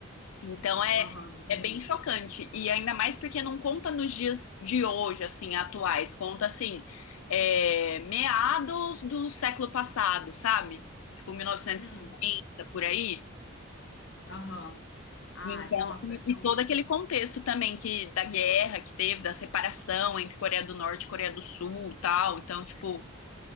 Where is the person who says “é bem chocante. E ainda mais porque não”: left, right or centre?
Left